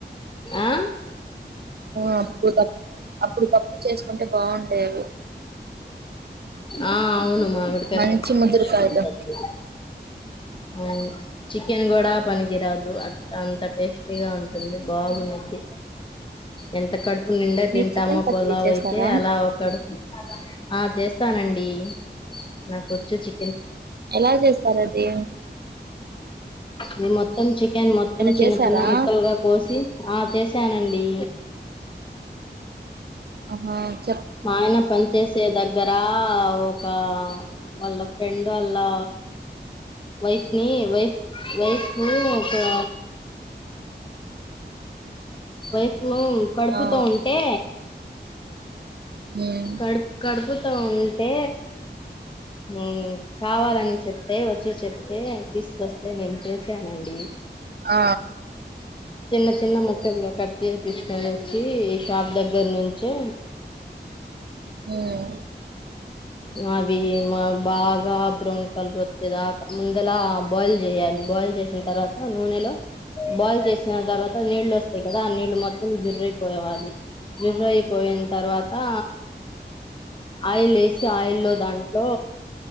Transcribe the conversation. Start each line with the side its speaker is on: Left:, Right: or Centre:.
Left: ఆ
Right: ఆ పూతచ్ అప్పుడుకప్పుడు చేసుకుంటే బాగుంటాయి అవి
Left: ఆ అవును మామిడికాయ
Right: మంచి
Left: పచ్చడి
Right: ముదురుకాయలు
Left: భలే ఉండిద్ది అసల్ అవును చికెన్ కూడా పనికిరాదు అం అంత టేస్టీగా ఉంటుంది బాగుండిద్ది. ఎంత కడుప్ నిండా
Right: మీరు
Left: తింటామొ
Right: చికెన్ పచ్చడి
Left: పులావ్
Right: చేస్తారా
Left: అయితే అలా ఒక కడుప్ ఆ చేస్తానండీ నాకొచ్చు చిక్
Right: ఎలా చేస్తారు అదీ
Left: నేన్ మొత్తం చికెన్ మొత్తం చిన్న
Right: చేసారా
Left: చిన్న ముక్కలుగా కోసి ఆ చేసానండీ.
Right: ఆహ్
Left: మా ఆయన పని చేసే దగ్గరా ఒకా వాళ్ళ ఫ్రెండ్ వాళ్ల వైఫ్ నీ వైఫ్ వైఫూ ఒకా వైఫ్ ఉమ్ కడుపుతో
Right: ఆ!
Left: ఉంటే
Right: హ్మ్.
Left: కడుప్ కడుబుత్ తో ఉంటే ఉమ్ కావాలని చెప్తే వచ్చి చెప్తే తీసుకొస్తే నేన్ చేసానండీ.
Right: ఆ
Left: చిన్న చిన్న ముక్కలుగ కట్ చేపిచ్చుకొని వచ్చీ షాప్ దగ్గర నుంచే
Right: ఉమ్
Left: అవి బాగా బ్రౌన్ కలర్ వచ్చేదాక ముందలా బాయిల్ జేయాలి బాయిల్ చేసిన్ తర్వాత నూనెలో బాయిల్ చేసిన తర్వాత నీళ్ళొస్తాయి కదా ఆ నీళ్లు మొత్తం జుర్రైపోవాలి జుర్రయిపోయిన్ తర్వాతా ఆయిల్ ఏస్ ఆయిల్ లో దాంట్లో